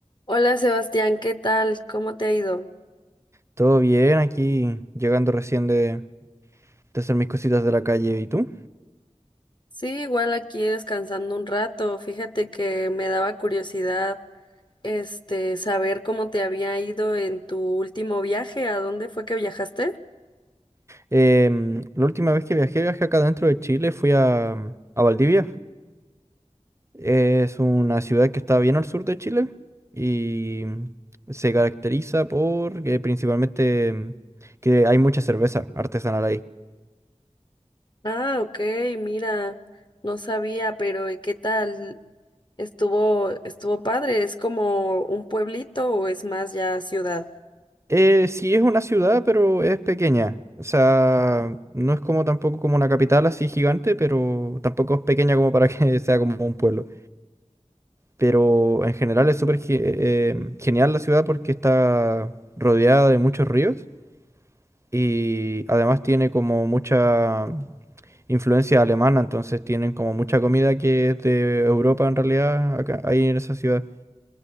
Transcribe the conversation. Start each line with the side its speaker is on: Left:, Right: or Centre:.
Left: Hola Sebastián, ¿qué tal? ¿Cómo te ha ido?
Right: Todo bien, aquí llegando recién de, de hacer mis cositas de la calle. ¿Y tú?
Left: Sí, igual aquí descansando un rato. Fíjate que me daba curiosidad, este, saber cómo te había ido en tu último viaje. ¿A dónde fue que viajaste?
Right: Em, la última vez que viajé, viajé acá dentro de Chile, fui a, a Valdivia. Es una ciudad que está bien al sur de Chile y se caracteriza por que principalmente em, que hay mucha cerveza artesanal ahí.
Left: Ah, ok, mira, no sabía, pero ¿y qué tal? Estuvo, estuvo padre. ¿Es como un pueblito o es más ya ciudad?
Right: Eh, sí es una ciudad, pero es pequeña. O sea, no es como tampoco como una capital así gigante, pero tampoco es pequeña como para que <laughs> sea como un pueblo. Pero en general es súper ge- eh, em, genial la ciudad porque está rodeada de muchos ríos y además tiene como mucha influencia alemana, entonces tienen como mucha comida que es de Europa en realidad, acá, ahí en esa ciudad.